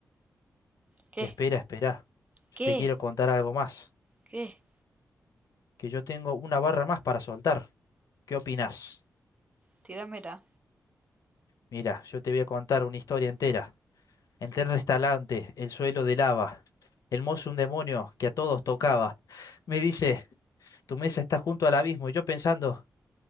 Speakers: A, on the right; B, on the left.
A: ¿Qué?
B: espera, esperá. Yo
A: ¿Qué?
B: te quiero contar algo más,
A: ¿Qué?
B: que yo tengo una barra más para soltar. ¿Qué opinás?
A: Tíramela.
B: Mira, yo te voy a contar una historia entera. Entré al restaurante, el suelo de lava, el mozo un demonio que a todos tocaba. Me dice, tu mesa está junto al abismo, y yo pensando,